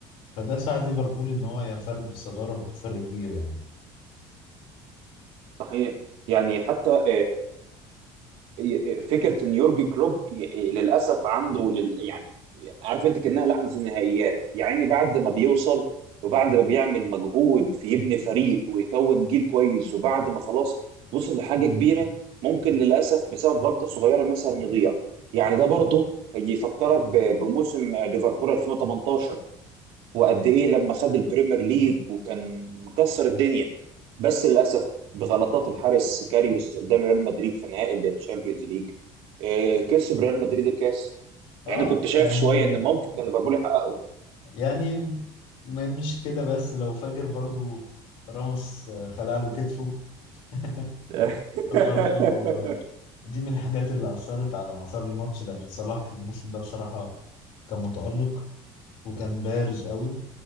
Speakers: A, on the left; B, on the right.
A: فده ساعد ليفربول ان هو ينفرد بالصداره بفرق كبير يعني
B: صحيح يعني حتى إيه، إيه، فكره ان يورجن كلوب ي- إيه، للاسف عنده لل... يعني عارف انت كانها لعنه النهائيات يعني بعد ما بيوصل وبعد ما بيعمل مجهود في يبني فريق ويكون جيل كويس وبعد ما خلاص وصل لحاجه كبيره ممكن للاسف بسبب غلطه صغيره مثلا يضيع يعني ده برضه هيفكرك ب- بموسم ليفربول 2018 وقد ايه لما خد البريمير ليج وكان مكسر الدنيا بس للاسف بغلطات الحارس كاريوس قدام ريال مدريد في نهائي التشامبيونز ليج آه، كسب ريال مدريد الكاس
A: اه
B: يعني كنت شايف
A: يعني
B: شويه ان ممكن كان ليفربول يحققه
A: يعني ما مش كده بس لو فاكر برضو راموس خلع له كتفه <laughs>
B: <laughs>
A: فبرضو آه، دي من الحاجات اللي أثرت على مسار الماتش لأن صلاح الموسم ده بصراحة كان متألق وكان بارز قوي